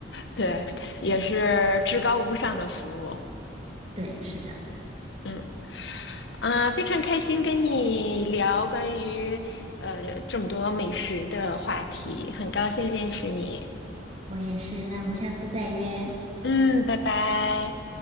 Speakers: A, on the left; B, on the right.
A: 对，也是至高无上的服务，
B: 对，是的，
A: 嗯啊、非常开心跟你聊关于呃这么多美食的话题，很高兴认识你。
B: 我也是。那我们下次再约。
A: 嗯，拜拜。